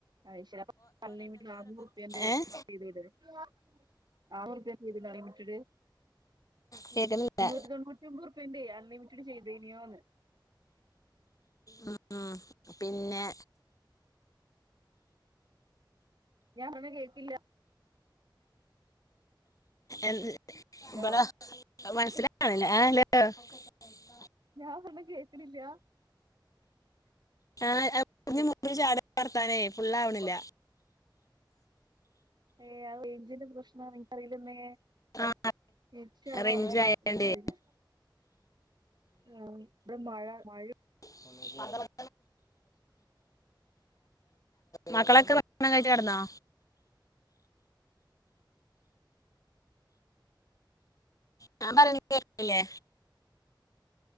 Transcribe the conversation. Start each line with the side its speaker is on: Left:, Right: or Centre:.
Right: അയ്ശേരി അപ്പോ അൺലിമിറ്റഡ് റുപ്പിയാന്റെ
Left: ഏഹ്
Right: ചെയ്ത് ഇട് <unintelligible> ചെയ്ത് ഇട് അൺലിമിറ്റഡ്
Left: കേക്കുന്നില്ല
Right: മുന്നൂറ്റിതോന്നുറ്റിഒമ്പത് റുപ്പിയന്റെ അൺലിമിഡ് ചെയ്തി തിനിയൊന്ന്
Left: ഉം പിന്നെ
Right: ഞാൻ ഒന്നു കേട്ടില്ല
Left: എന്ത്
Right: ഹലോ
Left: ഇബിടാ മനസില <unintelligible>
Right: ഞാൻ പറഞ്ഞ കേക്കണില്ല
Left: ആഞ്ഞഞ് മ ചാട വത്താനേ ഫുുള്ള ആാവണില്ല
Right: ഏ അത് ജന്റ് പ്രശ്ന നിനിക്കറിയിലന്ന
Left: ആ
Right: രിച്ച ആണോ
Left: റേഞ്ച്
Right: അറിയില്ല
Left: ആയണ്ടേ
Right: എറില്ല ആ ഇടെ മഴ മഴ
Left: മത
Right: അ <unintelligible>
Left: മക്കളൊക്കെ ഭക്ഷണം കഴിച് കിടന്നോ
Right: അ <unintelligible>
Left: ഹ പറയ കേല്ലേ